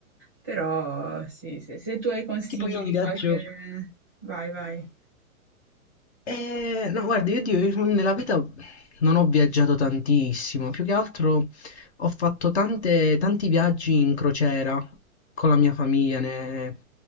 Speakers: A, in the centre; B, on the left (about 50°).
A: Però, sì, se, se tu hai consigli
B: Tipo io
A: di
B: un viaggio,
A: qualche... Vai, vai.
B: Eh, no, guarda, io, Dio, io nella vita non ho viaggiato tantissimo, più che altro ho fatto tante- tanti viaggi in crociera con la mia famiglia, ne,